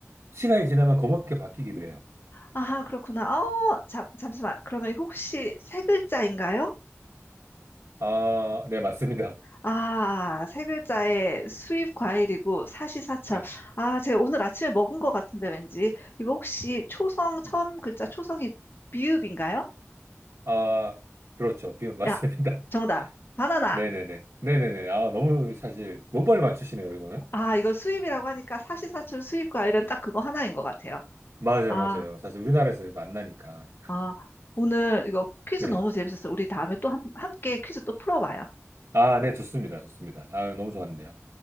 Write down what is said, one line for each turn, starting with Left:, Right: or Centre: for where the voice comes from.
Right: 시간이 지나면 검게 바뀌기도 해요.
Left: 아, 그렇구나. 어, 잠, 잠시만. 그러면 혹시 세 글자인가요?
Right: 아, 네, 맞습니다.
Left: 아, 세 글자에 수입 과일이고 사시사철.
Right: 네.
Left: 아, 제가 오늘 아침에 먹은 것 같은데 왠지. 이거 혹시 초성, 처음
Right: 음.
Left: 글자 초성이 비읍인가요?
Right: 아, 그렇죠. 비- 맞습니다.
Left: 야,
Right: <laughs>
Left: 정답. 바나나.
Right: 네네네. 네네네. 아, 너무 사실, 너무 빨리 맞추시네요, 이거는.
Left: 아, 이거 수입이라고 하니까 사시사철 수입 과일은 딱 그거 하나인 것 같아요.
Right: 맞아요,
Left: 아,
Right: 맞아요. 사실 우리나라에서 이거 안 나니까.
Left: 아, 오늘 이거 퀴즈
Right: 네.
Left: 너무 재밌었어요. 우리 다음에 또 함, 함께 퀴즈 또 풀어봐요.
Right: 아, 네, 좋습니다. 좋습니다. 아, 너무 좋았는데요.